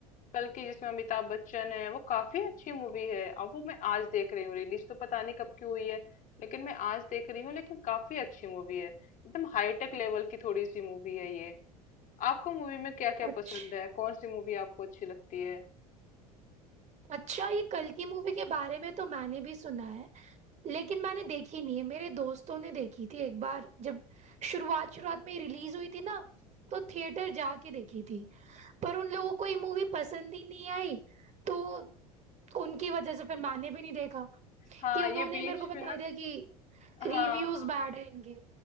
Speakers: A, on the left; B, on the right.
A: कल की जिसमें अमिताभ बच्चन है वो काफी अच्छी मूवी है अब वो मैं आज देख रही हूँ रिलीज तो पता नहीं कब की हुई है लेकिन मैं आज देख रही हूँ लेकिन काफी अच्छी मूवी है एकदम हाईटेक लेवल की थोड़ी सी मूवी है ये आपको मूवी में क्या क्या
B: अच्छा
A: पसंद है कौन सी मूवी आपको अच्छी लगती है
B: अच्छा ये कल की मूवी के बारे में तो मैंने भी सुना है लेकिन मैंने देखी नहीं है मेरे दोस्तों ने देखी थी एक बार जब शुरुआत शुरुआत में रिलीज हुई थी ना तो थिएटर जाके देखी थी पर उन लोगों को ये मूवी पसंद ही नहीं आई तो उनकी वजह से फिर मैंने भी नहीं देखा
A: हाँ
B: कि उन्होंने
A: ये बीच
B: मेरे को बता
A: में ना
B: दिया कि रिव्यूज
A: हाँ हाँ
B: बैड है इनके